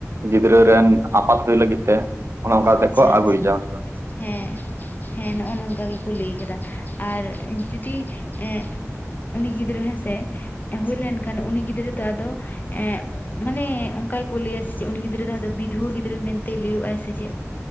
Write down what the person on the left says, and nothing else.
ᱟᱪᱪᱷᱟ
ᱟᱪᱪᱷᱟ᱾
ᱦᱮᱸ ᱦᱮᱸ ᱱᱚᱜᱼᱚ ᱱᱚᱝᱠᱟ ᱜᱮᱠᱚ ᱞᱟᱹᱭ ᱟᱠᱟᱫᱟ ᱟᱨ ᱡᱩᱫᱤ ᱮᱸᱜ ᱩᱱᱤ ᱜᱤᱫᱽᱨᱟᱹ ᱦᱮᱸᱥᱮ ᱦᱩᱭ ᱞᱮᱱᱠᱷᱟᱱ ᱩᱱᱤ ᱜᱤᱫᱽᱨᱟᱹ ᱫᱚ ᱟᱫᱚ ᱮᱸᱜ ᱢᱟᱱᱮ ᱚᱱᱠᱟ ᱜᱮᱠᱚ ᱞᱟᱹᱭᱟ ᱥᱮ ᱪᱮᱫ ᱩᱱᱤ ᱜᱤᱫᱽᱨᱟᱹ ᱡᱟᱦᱟᱸ ᱫᱚ ᱵᱤᱫᱷᱩᱣᱟᱹ ᱜᱤᱫᱽᱨᱟᱹ ᱢᱮᱱᱛᱮᱭ ᱞᱟᱹᱭᱟᱹᱜ ᱟᱭ ᱥᱮ ᱪᱮᱫ?